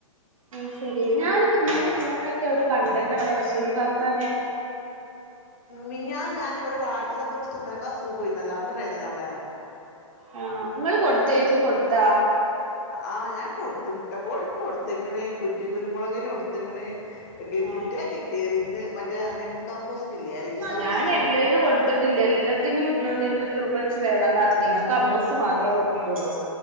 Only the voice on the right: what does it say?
അത് ശരി ഞാനിപ്പോ ഇന്നലേ മെനഞ്ഞാന്നോക്കെ അവരെ കണ്ടല്ലോ നമ്മടെ ബഷീർ കാക്കാനെ
ആഹ് ഇങ്ങള് കൊടുത്തോ എഴുതി കൊടുത്താ
ആഹ്
ഞാൻ എല്ലായ്‌നും കൊടുത്തിട്ടില്ല എല്ലാത്തിനും ഇരുന്നൂറ്റി അൻപത് രൂപ വെച്ച് വേണം എന്നാ പറഞ്ഞെ - ഞാൻ കമ്പോസ്റ്റ് മാത്രേ കൊടുത്തിട്ടുള്ളൂ